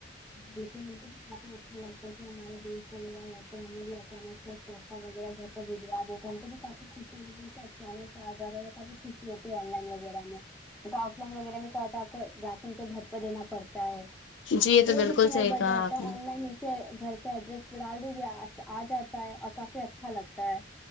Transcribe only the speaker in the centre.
جی ہم کو تو کافی اچھا لگتا ہے کہ ہمارے دوست رہا ہوتا ہے ہمیں بھی اچانک توحفہ وغیرہ گھر پہ بھیجوا دیتے ہ ہم کو بھی کافی خوش ہو جی سے اچانک سے آ جاتا ہے کافی خوش ہوتی آن لائن وغیرہ میں نہیں تو آف لائن وغیرہ میں کیا ہوتا ہے آپ کو جا کے ان کے گھر پہ دینا پڑتا ہے
تو وہ
بھی سمے
بچ
جاتا
ہے
آن لائن کے گھر کے ایڈریس پہ ڈال دیں جیے آ جاتا ہے اور کافی اچھا لگتا ہے